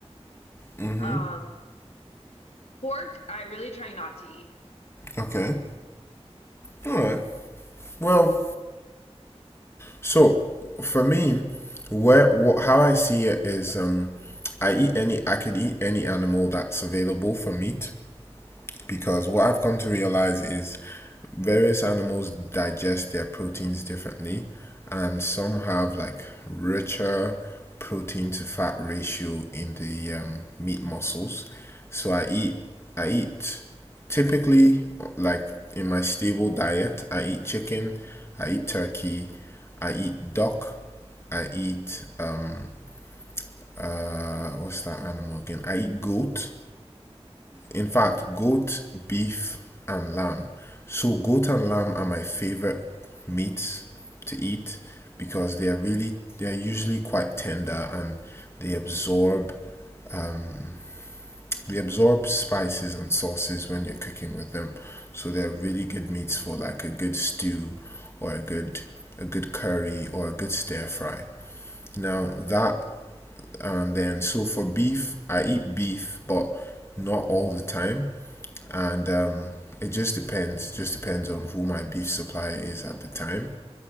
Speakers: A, on the left; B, on the left.
A: hmm
B: um. Pork, I really try not to eat.
A: Okay. All right. Well, so for me, where what how I see it is, um, I eat any I could eat any animal that's available for meat. because what I've come to realize is various animals digest their proteins differently, and some have like richer protein to fat ratio in the um, meat muscles. So I eat I eat typically like in my stable diet. I eat chicken, I eat turkey, I eat duck, I eat um uh what's that animal again? I eat goat in fact, goat, beef, and lamb. So, goat and lamb are my favorite meats to eat because they are really they are usually quite tender and they absorb um, they absorb spices and sauces when you're cooking with them. So they're really good meats for like a good stew or a good a good curry or a good stir fry. Now that and then so for beef, I eat beef but not all the time and um, it just depends. It just depends on who my beef supplier is at the time.